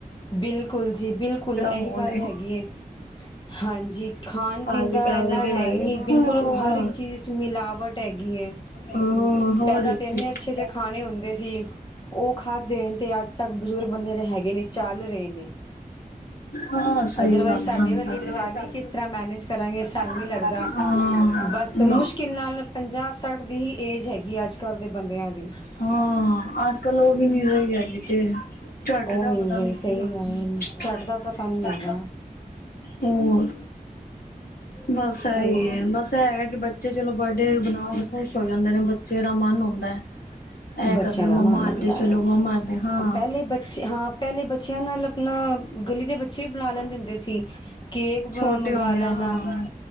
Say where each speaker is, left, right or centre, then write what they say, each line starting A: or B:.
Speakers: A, on the left; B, on the left.
A: ਬਿਲਕੁਲ ਜੀ ਬਿਲਕੁਲ ਏਹੀ
B: ਮਾਹੌਲ
A: ਗੱਲ
B: ਹੈ
A: ਹੈਗੀ ਏ। ਹਾਂਜੀ ਖਾਨ ਪੀਨ
B: ਅੱਜ
A: ਦਾ
B: ਕੱਲ
A: ਐਨਾ
B: ਜਿਹੜਾ
A: ਹੈ ਈ
B: ਹੈਗਾ
A: ਨਹੀ ਬਿਲਕੁਲ
B: ਹਾਂ
A: ਹਰ ਇੱਕ ਚੀਜ਼ ਚ ਮਿਲਾਵਟ ਹੈਗੀ ਏ,
B: ਹਾਂ ਹਰ
A: ਪੈਲਾਂ
B: ਇੱਕ
A: ਤੇ
B: ਚੀਜ਼
A: ਇੰਨੇ ਅੱਛੇ ਜੇ ਖਾਣੇ ਹੁੰਦੇ ਸੀ। ਉਹ ਖਾਦੇ ਨੇ ਤੇ ਅੱਜ ਤੱਕ ਬਜ਼ੁਰਗ ਬੰਦੇ ਜਿਹੜੇ ਹੈਗੇ ਨੇ ਚੱਲ ਰਹੇ ਨੇ।
B: ਹਾਂ ਸਹੀ
A: ਅਦਰਵਾਈਜ਼
B: ਗੱਲ
A: ਸਾਡੇ
B: ਹੈ ਹਾਂਜੀ
A: ਵਰਗੇ
B: ਅਦਰਵਾਈਜ਼
A: ਪਤਾ ਨੀ
B: ਸਾਡੀ
A: ਕਿਸ ਤਰ੍ਹਾਂ ਮੈਨੇਜ ਕਰਾਂਗੇਂ ਟਾਈਮ
B: ਹਾਂ
A: ਨਹੀਂ ਲੱਗਦਾ ਬਸ। ਅਤੇ
B: ਨਾ
A: ਮੁਸ਼ਕਿਲ
B: ਹਾਂ
A: ਨਾਲ ਪੰਜਾਹ ਸੱਠ ਦੀ ਹੀ ਏਜ ਹੈਗੀ ਅੱਜ ਕੱਲ੍ਹ ਦੇ ਬੰਦਿਆਂ ਦੀ।
B: ਹਾਂ ਅੱਜ ਕੱਲ ਉਹ ਵੀ ਨਹੀਂ ਰਹੀ ਹੈਗੀ ਤੇ। ਝੱਟ
A: ਉਹ
B: ਦਾ
A: ਮਿਲ
B: ਪਤਾ
A: ਰਹੀ
B: ਨੀਂ
A: ਸਹੀ
B: ਕੀ ਹੋਣਾ।
A: ਗੱਲ ਝੱਟ ਦਾ ਪਤਾ ਨੀ ਹੈਗਾ
B: ਹੋਰ, ਬਸ ਇਹੀ
A: ਹੈਲੋ
B: ਹੈ, ਬਸ ਹੈਗਾ ਕਿ ਬੱਚੇ ਚਲੋ ਬਰਡੇ ਬਣਾਓ ਖ਼ੁਸ਼ ਹੋ ਜਾਂਦੇ ਨੇ ਬੱਚੇ ਦਾ ਮਨ ਹੁੰਦਾ ਹੈ। ਇਹ
A: ਬੱਚਿਆਂ
B: ਕਰਦੇ
A: ਦਾ
B: ਮੰਮਾ
A: ਮਨ ਹੁੰਦਾ
B: ਏਦੇ ਚਲੋ
A: ਹੈ,
B: ਮੰਮਾ ਏਦੇ ਹਾਂ
A: ਪਹਿਲੇ ਬੱਚੇ ਹਾਂ ਪਹਿਲੇ ਬੱਚਿਆਂ ਨਾਲ ਆਪਣਾ ਗਲੀ ਦੇ ਬੱਚੇ ਵੀ ਬੁਲਾ ਲੈਂਦੇ ਹੁੰਦੇ ਸੀ ਕੇਕ ਮੰਗਾ
B: ਛੋਟੇ ਹੁੰਦੇ
A: ਲੈਣਾ।
B: ਆ ਹਾਂ